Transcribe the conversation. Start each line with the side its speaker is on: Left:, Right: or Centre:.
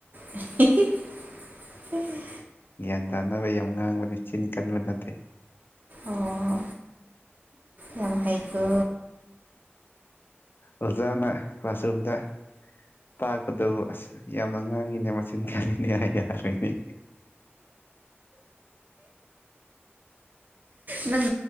Right: <inaudible>
Left: ꯒ꯭ꯌꯥꯟ ꯇꯥꯅꯕ ꯌꯥꯝ ꯉꯥꯡꯕꯅꯦ ꯆꯤꯟ ꯀꯟꯕ ꯅꯠꯇꯦ
Right: ꯑꯣ ꯌꯥꯝ ꯍꯩꯀ
Left: ꯑꯣꯖꯥꯅ ꯀ꯭ꯂꯥꯁꯔꯨꯝꯗ ꯇꯥꯛꯄꯗꯨ ꯑꯁ ꯌꯥꯝꯅ ꯉꯥꯡꯉꯤꯅꯦ ꯃꯆꯤꯟ ꯀꯌꯥꯔꯤꯅꯦ ꯌꯥꯔꯣꯏꯅꯦ <inaudible>
Right: ꯅꯪ